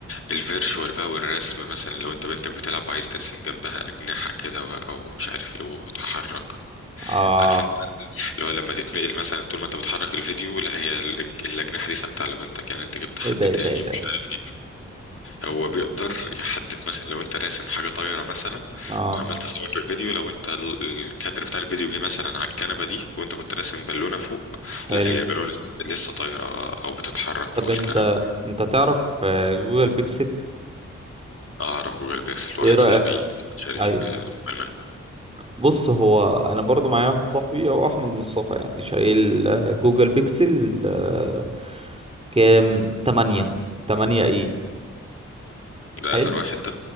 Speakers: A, on the left; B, on the right.
A: الفيرشوال بقى والرسم مثلا لو انت بنتك بتلعب عايز ترسم جنبها اجنحه كده بقى ومش عارف ايه وتتحرك
B: اه
A: عارف انت اللي هو لما تتنقل مثلا طول ما انت بتحرك الفيديو لا هي ال- الاجنحه دي ثابته على بنتك يعني انت جبت حد
B: ايه ده ايه
A: تاني
B: ده ايه ده
A: مش
B: إيه
A: عارف هو بيقدر يحدد مثلا لو انت راسم حاجه طايره مثلا
B: ده؟ اه
A: وعمال تصور في الفيديو لو انت ال- الكادر بتاع الفيديو جه مثلا على الكنبه دي وانت كنت راسم بالونه فوق
B: حلو
A: لا هي البالونه لسه, لسه طايره او بتتحرك
B: طب
A: فوق
B: انت
A: الكنبه
B: انت تعرف آه، جوجل بيكسل
A: اعرف جوجل بيكسل
B: ايه
A: واحد
B: رأيك
A: صاحبي شاري
B: ايوه
A: آه، موبايل منه
B: بص هو انا برضو معايا واحد صاحبي هو احمد مصطفى يعني شايل آه، جوجل بيكسل آه، كام تمانية تمانية ايه
A: ده
B: حلو
A: اخر واحد ده